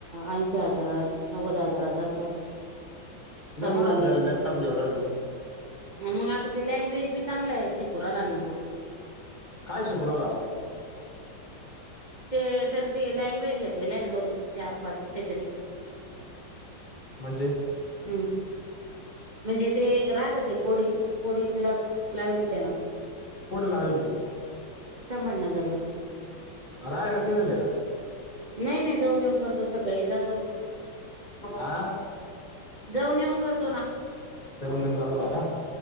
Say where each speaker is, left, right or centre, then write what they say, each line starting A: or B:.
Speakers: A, on the right (about 35°); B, on the left (about 25°).
A: ऐंशी हजारात नव्वद हजारात असं चांगला
B: मग
A: लँग
B: लॅपटॉप घेवरल मग
A: मग आता ती लँग्वेज बी चांगलं आहे शिकू आला मग तो
B: काय शक्रवाला आता
A: ते त्याने ते लँग्वेज घेतलेला आहे दोन चार पाच काहीतरी
B: म्हणजे
A: हम् म्हणजे ते राहत ते कोडिंग कोडिंग क्लास लावेल त्यांना
B: कड लावेली
A: संभज नगरला
B: राहाहिला तिरनोजे का
A: नाही नाही जाऊन येऊन करतो सकाळी जातो
B: आं
A: जाऊन येऊन करतो ना
B: जाऊन येऊन करवला का